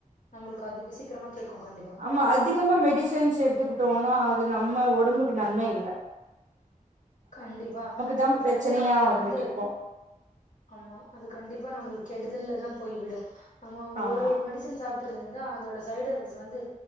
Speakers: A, on the left (about 65°); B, on the right (about 60°).
A: நம்ளுக்கு அதிக சீக்கிரமா கேக்கூ கண்டிப்பா
B: ம்ம அதிகமா மெடிசன்ஸ் எடுத்துக்கிட்டோனா அது நம்ம ஒடம்புக்கு நன்ம இல்லை
A: கண்டிப்பா
B: தா
A: இது
B: பிரச்சனையா
A: வந்து நம்மள வந்து
B: நிக்கு
A: ஆமா அது கண்டிப்பா நம்மளுக்கு கெடுதல தா போய் விடு நம்ம
B: ஆமா
A: ஒரு மெடிஸ் சன் சாப்ட்டுருந்தா அதோட சைடு எஃபெக்ட்ஸ் வந்து